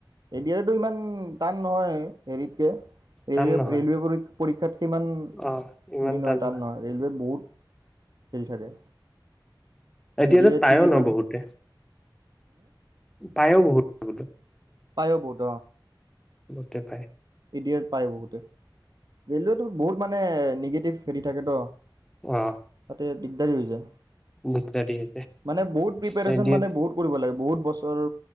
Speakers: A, on the right (about 55°); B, in the centre.
A: <unintelligible> টো ইমান টান নহয় এৰিতে ৰে
B: টান নহয়
A: ৰেলৱে প পৰীক্ষাত সিমান
B: অ ইমান
A: হেৰি নহয় টান
B: ন
A: নহয় ৰেলৱেত বহুত হেৰি থাকে
B: এতিয়াতো
A: এ ডি আৰ ই
B: পায়ইও
A: ত কিন্তু ইমান
B: ন বহুতে পায়ো বহুত বো
A: পায়ও বহত
B: গোটেই পায়
A: এডিয়েত পায় বহুতে ৰেলৱেত বহুত মানে নিগেটিভ হেৰি থাকে তো
B: অ
A: তাতে দিগদাৰী হৈ যায়
B: দিগদাৰ দিয়ে
A: মানে বহুত প্ৰিপৰেচন
B: যে দিয়ে
A: মানে বহুত কৰিব লাগে বহুত বছৰ